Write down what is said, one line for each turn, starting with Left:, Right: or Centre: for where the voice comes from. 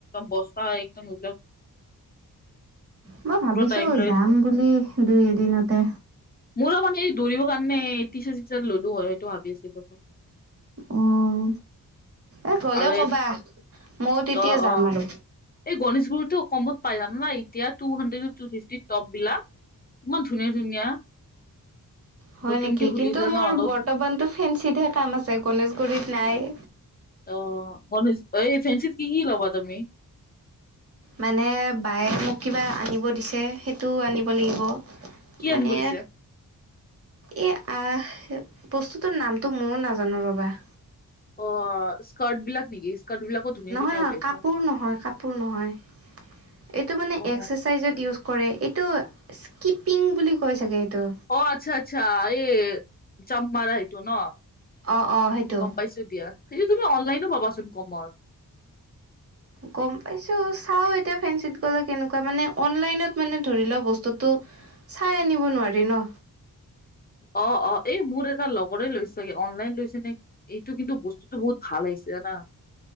Left: বস্তা অ', একদম একদম
Right: মই ভাবিছোঁ
Left: পুৰা টাইম লৈ
Right: যাম বুলি দুই এদিনতে।
Left: মোৰো মানে দৌৰিব কাৰণে টিশ্বাৰ্ট চিশ্বাৰ্ট ললো হয় সেইটো ভাবি আছিলোঁ।
Right: উম, এ গ'লে
Left: আৰু
Right: কবা ময়ো তেতিয়া
Left: অ
Right: যাম
Left: অ
Right: আৰু
Left: এই গণেশগুৰিটো কমত পাই জানা নে এতিয়া টু হাণ্ড্ৰেড টো ফিফটিত টপ বিলাক। ইমান ধুনীয়া ধুনীয়া।
Right: হয়
Left: নতুনকে
Right: নেকি
Left: খুলিছে
Right: কিন্তু মোৰ
Left: ন ন
Right: বৰ্তমানতো ফেঞ্চিতহে কাম আছে গণেশগুৰিত নাই।
Left: অ', <unintelligible> এই ফেঞ্ছীত কি কি ল'বা তুমি?
Right: মানে বায়ে মোক কিবা আনিব দিছে সেইটোও আনিব লাগিব।
Left: কি
Right: মানে
Left: আনিব দিছে
Right: এ, আহ বস্তুটোৰ নামটো ময়োঁ নাজানো ৰবা।
Left: অ', স্কাৰ্ট বিলাক নেকি? স্কাৰ্ট বিলাকো ধুনীয়া
Right: নহয়
Left: ধুনীয়া
Right: নহয়
Left: ওলাইছে
Right: কাপোৰ নহয় কাপোৰ নহয় এইটো মানে
Left: অ
Right: এক্সাৰচাইজত ইউজ কৰে এইটো স্কিপিং বুলি কয় চাগে এইটো।
Left: অ' আচ্ছা আচ্ছা এই জাম্পমাৰা হেতু। ন?
Right: অ', অ', সেইটো।
Left: গম পাইছোঁ দিয়া সেইটো তুমি অনলাইনো পাবা চোন কমত।
Right: গম পাইছোঁ চাও এতিয়া ফেঞ্ছিত গ'লে কেনেকুৱা মানে অনলাইনত মানে ধৰি লও বস্তুটো চাই আনিব নোৱাৰি ন?
Left: অ', অ' এই মোৰ এটা লগৰে লৈছে চাগে অনলাইন লৈছে নেকি? এইটো কিন্তু বস্তুটো বহুত ভাল আহিছে জানা?